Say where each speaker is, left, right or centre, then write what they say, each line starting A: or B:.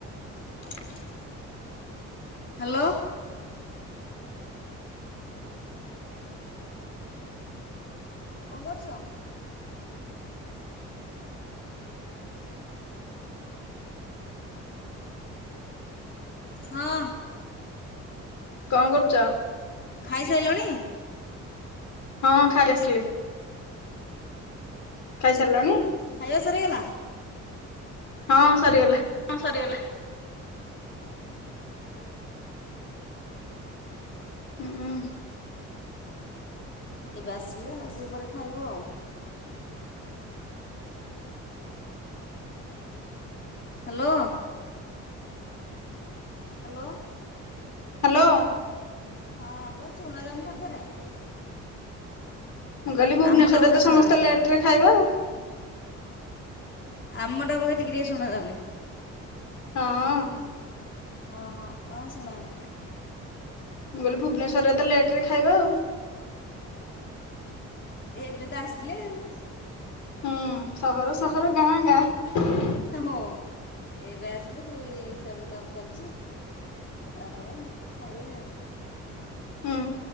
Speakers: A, on the left; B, on the left.
A: <inaudible>
B: ହଁ, କଣ କରୁଛ? ହଁ।
A: କଣ କରୁଛ?
B: ଖାଇସାରିଲଣି?
A: ହଁ ଖାଇକି ଆସିଲି। ଖାଇସାରିଲଣି?
B: ଖାଇବା ସରିଗଲା?
A: ହଁ, ସରିଗଲା।
B: ହଁ, ସରିଗଲା।
A: ହୁଁ ହଁ <unintelligible>
B: ଏବେ ଆସିଲେ, ଆଉ ଟିକେ ପରେ ଖାଇବୁ ଆଉ। ହାଲୋ। ହାଲୋ।
A: ହାଲୋ।
B: ହଁ, ଶୁଣା ଯାଉନି ଥରେ ଥରେ।
A: ମୁଁ କହିଲି ଭୁବନେଶ୍ୱରରେ
B: ଆମଟା ବୋଧେ
A: ତ
B: ଶୁଣାଯାଉନି
A: ସମସ୍ତେ ଲେଟରେ ଖାଇବ ଆଉ।
B: ଆମଟା ବୋଧେ ଟିକେ ଟିକେ ଶୁଣା ଯାଉନି।
A: ହଁ
B: ହଁ ହଁ ହ ସୁଣା <unintelligible>
A: ମୁଁ କହିଲି ଭୁବନେଶ୍ଵରରେ ତ ଲେଟରେ ଖାଇବା ଆଉ।
B: ଏ ଏବେ ତ ଆସିଲେ ଆଉ।
A: ହୁଁ, ସହର, ସହର,
B: ଏବେ
A: ଗାଁ, ଗାଁ।
B: ହଁ ଏବେ ଆସିଲେ ସବୁ ହିସାବ କିତାବ ଚାଲିଚି। ତାପରେ ଖାଇବେ ଆଉ।
A: ହୁଁ।